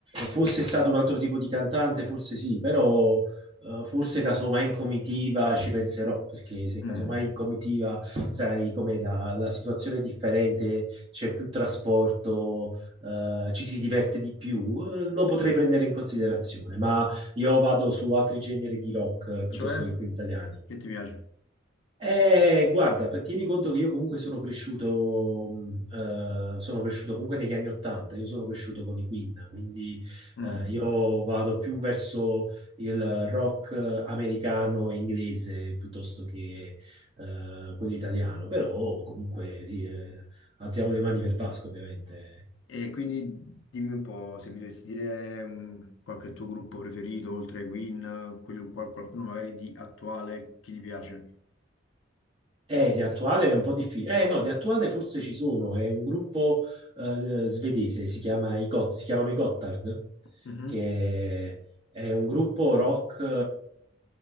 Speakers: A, on the right; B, on the left.
A: fosse stato un altro tipo di cantante, forse sì, però eh, forse casomai in comitiva ci penserò, perché se
B: Mm.
A: casomai in comitiva, sai com'è, la, la situazione è differente, c'è più trasporto, eh, ci si diverte di più, eh, lo potrei prendere in considerazione, ma io vado su altri generi di rock eh, piuttosto
B: Cioè?
A: che quelli italiani.
B: Che ti piace?
A: Eh, guarda, per- tieni conto che io comunque sono cresciuto, mh, eh, sono cresciuto comunque negli anni Ottanta, io sono cresciuto con i Queen, quindi
B: Mm.
A: eh, io vado più verso il rock eh, americano e inglese piuttosto che eh, quello italiano, però comunque ri- eh, alziamo le mani per Pasqua, ovviamente.
B: E quindi dimmi un po' se mi dovessi dire mm, qualche tuo gruppo preferito, oltre ai Queen, quello- qual- qualcuno magari di attuale che ti piace.
A: Eh, di attuale è un po' difficile. Eh, no, di attuale forse ci sono. È un gruppo eh, svedese, si chiama i Got- si chiamano i Gotthard,
B: Mhm.
A: che è un gruppo rock,